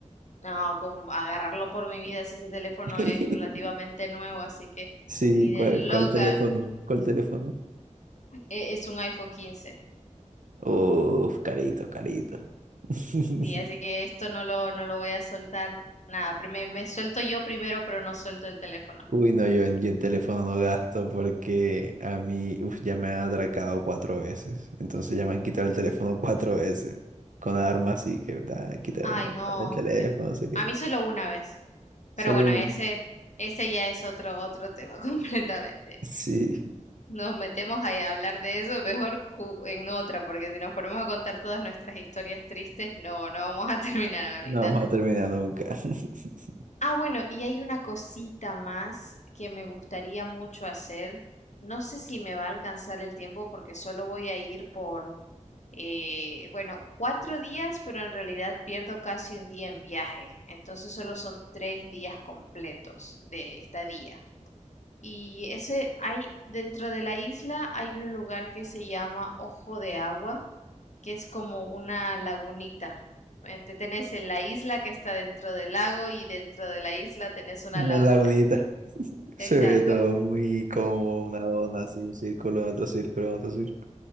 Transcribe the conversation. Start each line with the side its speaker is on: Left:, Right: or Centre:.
Left: No, con agarrarlo por mi vida si ese teléfono
Right: <laughs>
Left: es relativamente nuevo, así que
Right: Sí,
Left: ni de
Right: ¿cuál,
Left: loca
Right: cuál teléfono? ¿Cuál teléfono?
Left: eh, es un iPhone quince
Right: Uf, carito, carito. <laughs>
Left: Sí, así que esto no lo, no lo voy a soltar. Nada, pri- me, me suelto yo primero, pero no suelto el teléfono.
Right: Uy, no, yo en, yo en teléfono no gasto porque a mí, uf, ya me han atracado cuatro veces. Entonces ya me han quitado el teléfono cuatro veces. Con armas y que, ah, quita el
Left: Ay, no.
Right: dame el teléfono,
Left: que-
Right: no sé qué.
Left: A mí solo una vez. Pero
Right: Solo
Left: bueno,
Right: uno.
Left: ese,
Right: <laughs>
Left: ese ya es otro, otro tema <laughs> completamente.
Right: Sí,
Left: Nos metemos ahí a hablar de eso mejor cu- en otra, porque si nos ponemos a contar todas nuestras historias tristes, no, no vamos a <laughs> terminar ahorita.
Right: no vamos a terminar nunca. <laughs>
Left: Ah, bueno, y hay una cosita más que me gustaría mucho hacer. No sé si me va a alcanzar el tiempo porque solo voy a ir por eh, bueno, cuatro días, pero en realidad pierdo casi un día en viaje. Entonces solo son tres días completos de estadía. Y ese hay, dentro de la isla hay un lugar que se llama Ojo de Agua, que es como una lagunita. Eh, te- Tenés en la isla que está dentro del lago y dentro de la isla tenés una
Right: Una
Left: laguna.
Right: lagunita. Se
Left: Exacto.
Right: ve todo muy como una dona, así un círculo, otro círculo, otro círculo.